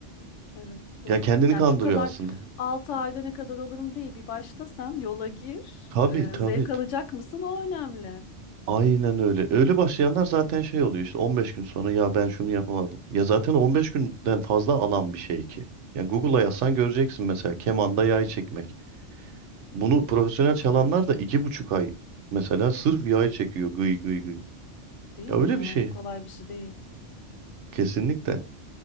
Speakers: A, on the left; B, on the right.
A: Evet doğru.
B: Ya kendini
A: Yani
B: kandırıyor
A: şu kadar
B: aslında.
A: 6 ayda ne kadar olurum değil. Bir başlasan yola gir.
B: Tabii
A: e,
B: tabii.
A: zevk alacak mısın o önemli.
B: Aynen öyle. Öyle başlayanlar zaten şey oluyor işte 15 gün sonra ya ben şunu yapamadım. Ya zaten 15 günden fazla alan bir şey ki. Yani Google'a
A: Ya
B: yazsan göreceksin mesela kemanda yay çekmek. Bunu profesyonel
A: çok
B: çalanlar
A: zor
B: da iki buçuk ay mesela sırf yay çekiyor gıy gıy gıy.
A: değil
B: Ya
A: mi?
B: öyle
A: Yani
B: bir şey.
A: kolay bir şey değil.
B: Kesinlikle.